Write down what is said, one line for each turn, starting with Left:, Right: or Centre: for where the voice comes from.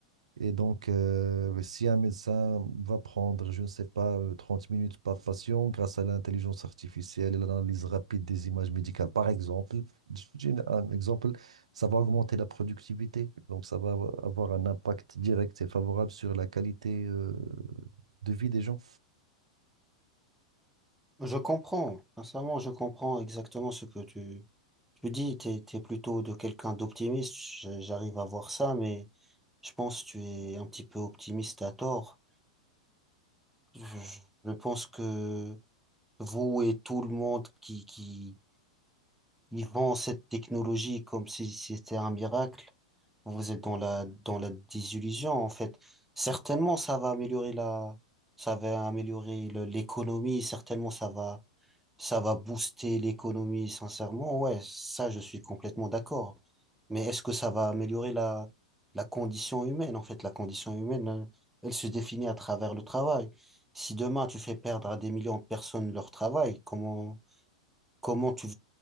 Right: Et donc, euh, si un médecin va prendre, je ne sais pas, euh, 30 minutes par patient grâce à l'intelligence artificielle et l'analyse rapide des images médicales, par exemple, j- j'ai un exemple, ça va augmenter la productivité. Donc, ça va avo- avoir un impact direct et favorable sur la qualité, euh, de vie des gens.
Centre: Je comprends, sincèrement, je comprends exactement ce que tu, tu dis. T'es, t'es plutôt de quelqu'un d'optimiste, je- j'arrive à voir ça, mais je pense que tu es un petit peu optimiste à tort. Je, je pense que vous et tout le monde qui, qui, qui vend cette technologie comme si c'était un miracle, vous êtes dans la, dans la désillusion, en fait. Certainement, ça va améliorer la, ça va améliorer le- l'économie, certainement, ça va ça va booster l'économie, sincèrement, ouais, ça, je suis complètement d'accord. Mais est-ce que ça va améliorer la, la condition humaine? En fait, la condition humaine, euh, elle se définit à travers le travail. Si demain, tu fais perdre à des millions de personnes leur travail, comment, comment tu,